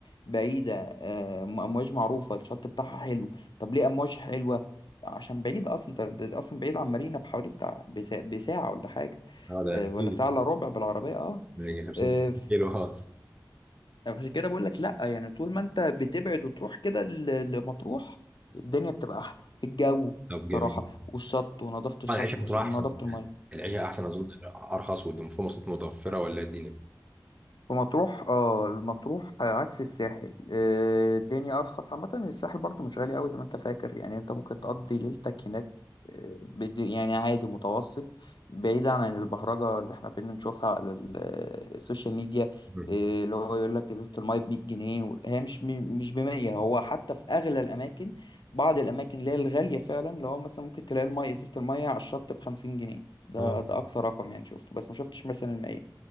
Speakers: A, on the left; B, on the right.
A: بعيدة آه، امواج معروفة الشط بتاعها حلو طب ليه امواج حلوة عشان بعيدة اصلا انت أنت اصلا بعيد عن مارينا بحوالي بتاع بسا- بساعة ولا حاجة
B: آه، ده
A: آه،
B: كتير
A: ولا ساعة الا ربع بالعربية اه
B: ده يجي 50
A: آه، ف-
B: كيلو اه
A: عشان كده بقول لك لا يعني طول ما انت بتبعد وتروح كده ل- لمطروح الدنيا بتبقى احلى الجو
B: طب جميل
A: صراحة والشط ونظافة الشط
B: آه، العيشه في
A: وش-
B: مطروح
A: ونظافة
B: احسن
A: المية
B: العيشه احسن اظن ارخص وفي مواصلات متوفره ولا إيه الدنيا
A: في مطروح اه المطروح عكس الساحل آه، الدنيا ارخص عامه الساحل برضو مش غالي قوي زي ما انت فاكر يعني انت ممكن تقضي ليلتك هناك آه، بد- يعني عادي متوسط بعيد عن البهرجه اللي احنا بنشوفها على ال- آه، السوشيال ميديا
B: مم.
A: آه، اللي هو يقول لك ازازه الميه ب 100 جنيه و- هي مش م- مش ب 100 هو حتى في اغلى الاماكن بعض الاماكن اللي هي الغاليه فعلا اللي هو مثلا ممكن تلاقي الميه ازازه الميه على الشط ب 50 جنيه ده
B: مم.
A: ده اقصى رقم يعني شفته بس ما شفتش مثلا المية